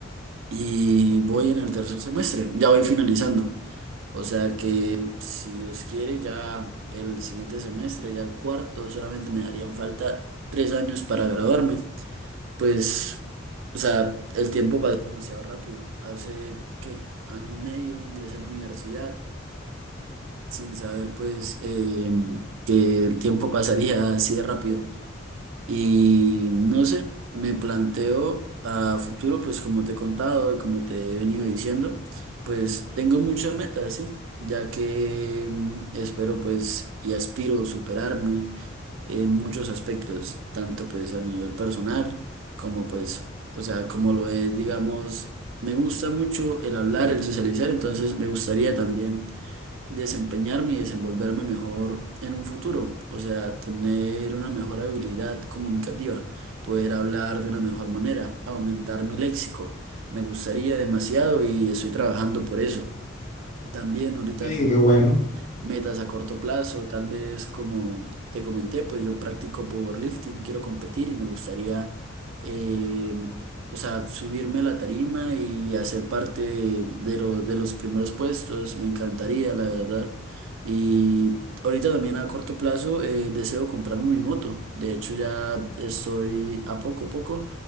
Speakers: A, on the right (about 70°); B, on the left (about 35°).
A: y voy en el tercer semestre, ya voy finalizando. O sea que si Dios quiere, ya el siguiente semestre, ya el cuarto, solamente me darían falta tres años para graduarme. Pues, o sea, el tiempo pasa demasiado rápido. Hace, ¿qué? Año y medio ingresé a la universidad sin saber, pues, eh, que el tiempo pasaría así de rápido. Y no sé, me planteo a futuro, pues como te he contado y como te he venido diciendo, pues tengo muchas metas, ¿sí? Ya que mm, espero pues y aspiro superarme en muchos aspectos, tanto pues a nivel personal como pues, o sea, como lo es, digamos, me gusta mucho el hablar, el socializar, entonces me gustaría también desempeñarme y desenvolverme mejor en un futuro, o sea, tener una mejor habilidad comunicativa, poder hablar de una mejor manera, aumentar mi léxico. Me gustaría demasiado y estoy trabajando por eso. También ahorita,
B: Oye,
A: pues,
B: qué bueno.
A: metas a corto plazo, tal vez como te comenté, pues yo practico powerlifting, quiero competir y me gustaría, eh, o sea, subirme a la tarima y hacer parte de, de lo- de los primeros puestos, me encantaría, la verdad. Y ahorita también a corto plazo eh, deseo comprarme mi moto, de hecho ya estoy a poco a poco